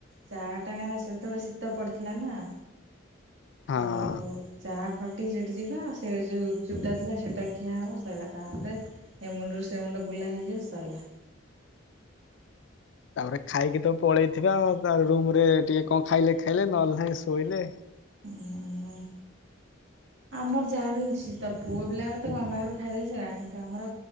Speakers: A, on the right; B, on the left.
A: ଚା ଟା ସେତେବେଳେ ଶୀତ ପଡ଼ିଥିଲା ନା!
B: ହଁ।
A: ଆଉ-----! ଚା ଖଟି ସେଇଠି ଯିବା ସେ ଯୋଉ ଗୁପଚୁପ ଟା ଥିଲା ସେଇଟା ଖିଆ ହେବ ସରିଲା ତାପରେ! ଏ ମୁଣ୍ଡରୁ ସେ ମୁୁଣ୍ଡ ବୁଲା ହେଇଯିବ ସରିଲା!
B: ତାପରେ ଖାଇକି ତ ପଳେଇଥିବା ତା ପରେରୁମ ରେ ଟିକେ କଣ ଖାଇଲେ ଖାଇଲେ ନହେଲେ ନାହଁ ଶୋଇଲେ!
A: ହୁଁ-----ଉଁ---! ଆମର ଯାହା ବି ହେଇଛି ତ ପୁଅ ପିଲାଙ୍କ ତ କଣ ବାହାରକୁ ଖାଇଦେଇଚି ନା କିନ୍ତୁ ଆମର